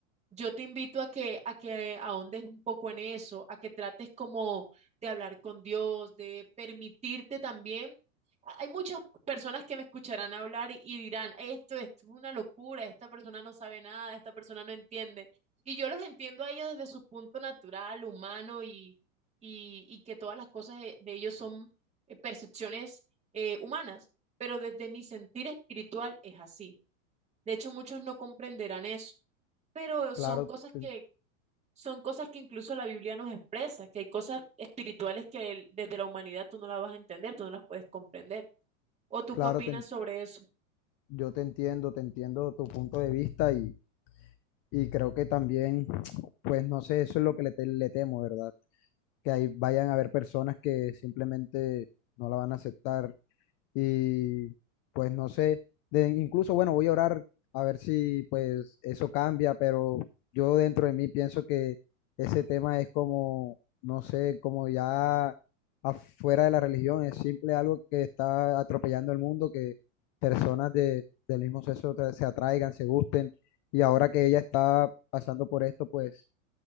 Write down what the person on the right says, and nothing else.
Yo te invito a que, a que ahondes un poco en eso, a que trates como de hablar con Dios, de permitirte también. a- Hay muchas personas que me escucharán hablar y, y dirán, esto, esto es una locura, esta persona no sabe nada, esta persona no entiende. Y yo los entiendo a ellos desde su punto natural, humano y, y, y que todas las cosas de, de ellos son eh, percepciones eh, humanas, pero desde mi sentir espiritual es así. De hecho, muchos no comprenderán eso, pero
son cosas
que son cosas que incluso la Biblia nos expresa, que hay cosas espirituales que el- desde la humanidad tú no las vas a entender, tú no las puedes comprender. ¿O tú
qué opinas
sobre eso?